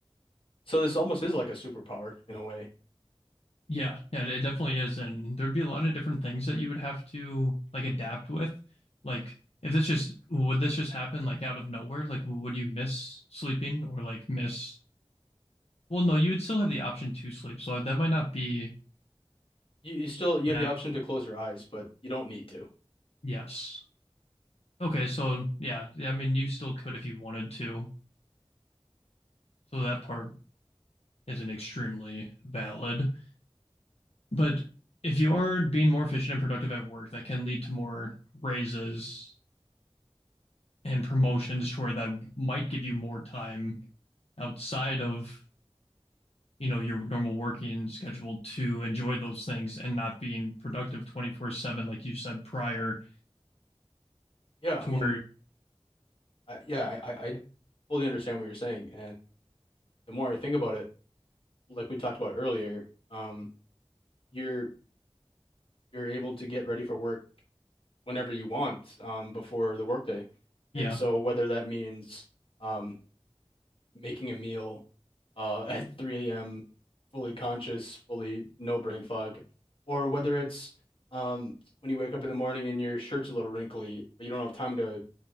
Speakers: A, on the left; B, on the left.
A: so this almost is like a superpower in a way.
B: Yeah, yeah, it definitely is. And there'd be a lot of different things that you would have to like adapt with. Like if this just would this just happen like out of nowhere? Like would you miss sleeping or like miss Well, no, you would still have the option to sleep. So that might not be
A: You you still you
B: that
A: have the option to close your eyes, but you don't need to.
B: yes. Okay, so yeah, yeah, I mean, you still could if you wanted to. So that part isn't extremely valid. But if you are being more efficient and productive at work, that can lead to more raises and promotions to where that might give you more time outside of, you know, your normal working schedule to enjoy those things and not being productive 24/7, like you said prior,
A: Yeah, I
B: to
A: mean,
B: where,
A: I, yeah, I, I I fully understand what you're saying, and the more I think about it, like we talked about earlier, um, you're you're able to get ready for work whenever you want um, before the workday.
B: yeah,
A: And so whether that means um, making a meal uh, <laughs> at 3 a.m., fully conscious, fully no brain fog, or whether it's um, when you wake up in the morning and your shirt's a little wrinkly, but you don't have time to